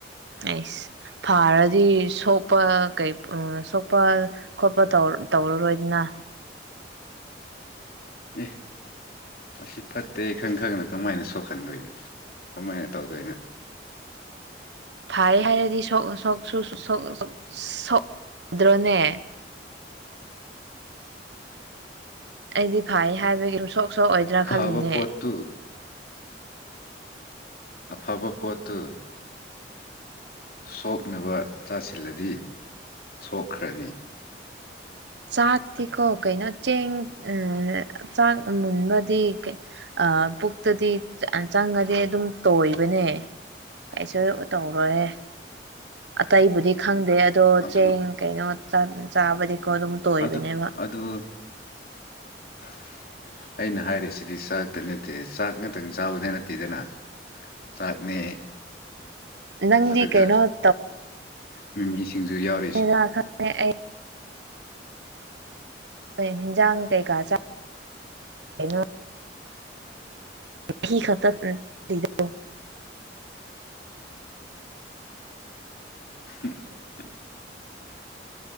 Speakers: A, on the right (about 75°); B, on the left (about 55°).
A: ꯑꯩꯁ ꯐꯔꯗꯤ ꯁꯣꯛꯄ ꯀꯩ ꯁꯣꯛꯄ ꯈꯣꯠꯄ ꯇꯧ ꯇꯧꯔꯔꯣꯏꯗꯅ
B: ꯑꯦ ꯑꯁꯤ ꯐꯠꯇꯦ ꯈꯪ ꯈꯪꯅ ꯀꯃꯥꯏꯅ ꯁꯣꯛꯍꯟꯗꯣꯏꯅꯣ ꯀꯃꯥꯏꯅ ꯇꯧꯗꯣꯏꯅꯣ
A: ꯐꯩ ꯍꯥꯏꯔꯗꯤ ꯁꯣꯛ ꯁꯣꯛ ꯁꯣꯛꯁꯨ ꯁꯣꯛ ꯁꯣꯛꯗ꯭ꯔꯣꯅꯦ ꯑꯩꯗꯤ ꯐꯩ ꯍꯥꯏꯕꯒꯤ ꯁꯨꯝ ꯁꯣꯛ ꯁꯣꯛꯑꯣꯏꯗ꯭ꯔꯥ
B: ꯐꯕ
A: ꯈꯜꯂꯤꯅꯦ
B: ꯄꯣꯠꯇꯨ ꯑꯐꯕ ꯄꯣꯠꯇꯨ ꯁꯣꯛꯅꯕ ꯆꯥꯁꯤꯜꯂꯗꯤ ꯁꯣꯛꯈ꯭ꯔꯅꯤ
A: ꯆꯥꯛꯇꯤꯀꯣ ꯀꯩꯅꯣ ꯆꯦꯡ ꯑ ꯆꯥꯛ ꯃꯨꯟꯕꯗꯤ ꯑ ꯄꯨꯛꯇꯗꯤ ꯆꯪꯉꯗꯤ ꯑꯗꯨꯝ ꯇꯣꯏꯕꯅꯦ ꯀꯩꯁꯨ ꯇꯧꯔꯣꯏꯌꯦ ꯑꯇꯩꯕꯨꯗꯤ ꯈꯪꯗꯦ ꯑꯗꯣ
B: ꯑꯗꯨ
A: ꯆꯦꯡ ꯀꯩꯅꯣ ꯆꯥꯛ ꯆꯥꯕꯗꯤꯀꯣ ꯑꯗꯨꯝ ꯇꯣꯏꯕꯅꯦꯕ
B: ꯑꯗꯨ ꯑꯗꯨ <unintelligible> ꯑꯩꯅ ꯍꯥꯏꯔꯤꯁꯤꯗꯤ ꯆꯥꯛꯇ ꯅꯠꯇꯦ ꯆꯥꯛ ꯉꯛꯇꯪ ꯆꯥꯕꯗꯤ ꯅꯠꯇꯦꯗꯅ ꯆꯥꯛꯅꯦ
A: ꯅꯪꯗꯤ
B: ꯑꯗꯨꯒ
A: ꯀꯩꯅꯣ
B: ꯃꯤꯃꯤ ꯁꯤꯡꯖꯨ ꯌꯥꯎ
A: <unintelligible> ꯈꯪꯗꯦ ꯑꯩ ꯀꯩ ꯏꯟꯖꯥꯡ ꯀꯩꯀꯥ ꯆꯥ ꯀꯩꯅꯣ ꯐꯤ ꯈꯛꯇ ꯎꯝ ꯄꯤꯗꯧ
B: <unintelligible>